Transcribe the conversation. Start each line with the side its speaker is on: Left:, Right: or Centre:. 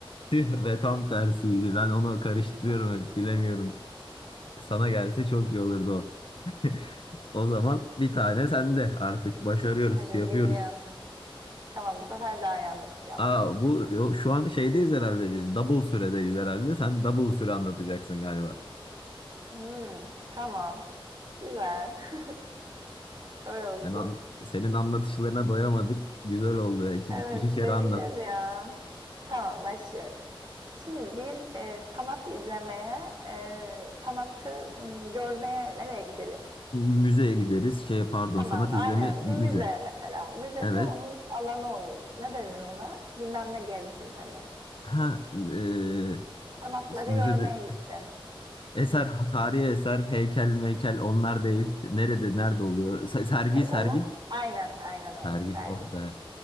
Left: Tüh ve tam tersiydi. Ben onu karıştırıyorum
Right: <laughs>
Left: hep bilemiyorum. Sana gelse çok iyi olurdu o. <laughs> O zaman bir tane sende artık başarıyoruz,
Right: Hadi
Left: yapıyoruz.
Right: geliyor. Tamam bu sefer daha iyi anlatacağım.
Left: Aa bu yo- şu an şeydeyiz herhalde biz. Double süredeyiz herhalde. Sen double süre anlatacaksın galiba.
Right: Hmm, tamam. Güzel. <laughs> Öyle olsun.
Left: Sen an- senin anlatışlarına doyamadık. Güzel oldu ya. İki,
Right: Evet
Left: iki kere
Right: deneyeceğiz
Left: anlat.
Right: ya. Tamam başlıyorum. Şimdi bir e, sanatı izlemeye, e, sanatı m, görmeye nereye gideriz?
Left: Müzeye gideriz. Şey pardon
Right: Tamam,
Left: sanat
Right: aynen.
Left: izleme müze.
Right: Bir müze mesela. Müzede
Left: Evet.
Right: onun bir alanı olur. Ne denir ona? Bilmem ne gezdim hani.
Left: Ha eee,
Right: Sanatları
Left: müzede
Right: görmeye Sergi. gittin.
Left: eser tarihi eser heykel meykel onlar değil. Nerede nerede oluyor? Se- sergi
Right: Ay,
Left: sergi.
Right: onun aynen, aynen öyle.
Left: Sergi.
Right: Sergi.
Left: Oh be.